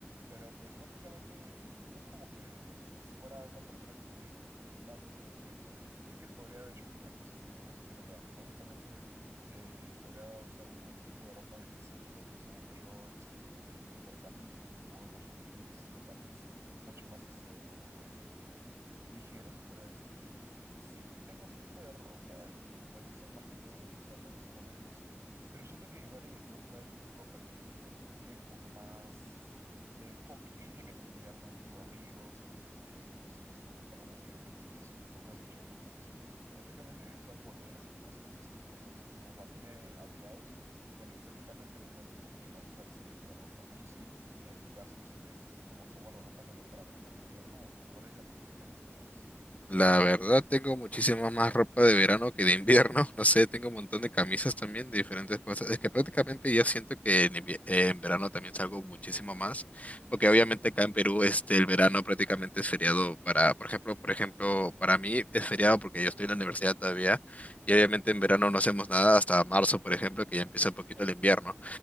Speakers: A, on the right; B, on the left.
A: Pero pues prácticamente no es como que fuera una persona que suele ir tantos días directo. Creo que podría de hecho escoger cosas que me gustan hacer el verano. Prácticamente eh, podría usar un, un tipo de ropa en específico que son los shorts, eh, puedo usar camisas o polos o bibis, lo cual es mucho más esto eh, ligero, se podría decir. Y sí, tengo ese tipo de ropa y me gusta más que todo usarla en esos momentos. Pero siento que igual en mi closet hay ropa que tiene como que más eh, enfoque <laughs> en el invierno, tipo abrigos, eh, no sé, esto pantalones que sí, o sí son un poco acolchaditos y prácticamente usar poleras y demás cosas, que cosas nos mantiene abrigados. Y bueno, estéticamente a mí me gusta mucho más usar ese tipo de ropa. No sé si en tu caso, si tienes como que un guardarropa tanto para verano o invierno, o cuál es la que te gusta más?
B: La verdad, tengo muchísima más ropa de verano que de invierno. <laughs> No sé, tengo un montón de camisas también de diferentes cosas. Es que prácticamente yo siento que en, invie- eh, en verano también salgo muchísimo más, porque obviamente acá en Perú este, el verano prácticamente es feriado para, por ejemplo, por ejemplo, para mí es feriado porque yo estoy en la universidad todavía y obviamente en verano no hacemos nada hasta marzo, por ejemplo, que ya empieza un poquito
A: Claro,
B: el invierno.